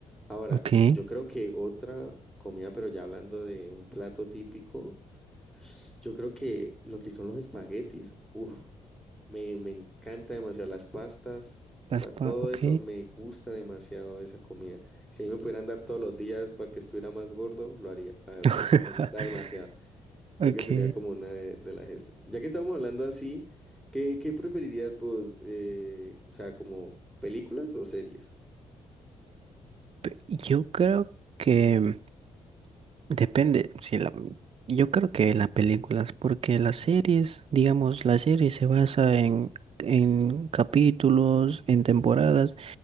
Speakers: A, in the centre; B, on the right.
A: Ahora,
B: Ok.
A: yo creo que otra comida, pero ya hablando de un plato típico. Yo creo que lo que son los espaguetis, uff, me, me encanta demasiado las pastas,
B: Las
A: pa-
B: pa-
A: todo
B: ok.
A: eso, me gusta demasiado esa comida. Si a mí me pudieran dar todos los días para que estuviera más gordo, lo haría, la verdad,
B: <laughs>
A: me gusta demasiado. Creo
B: Ok.
A: que sería como una de, de las este. Ya que estamos hablando así, ¿qué, qué preferirías vos? Eh, o sea, como películas o series?
B: Pe- Yo creo que. Depende, si la, yo creo que las películas, porque las series, digamos, la serie se basa en, en capítulos, en temporadas,